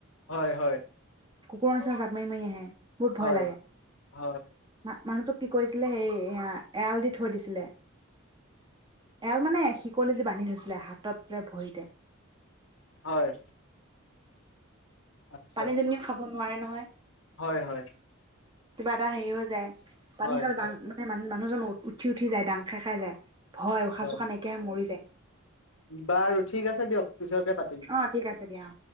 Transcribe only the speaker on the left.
হয় হয়
হয়
হয়
হয় আচ্ছা
হয় হয়
হয়
হয়
হয়
বাৰু ঠিক আছে দিয়ক পিছচকে পাতিম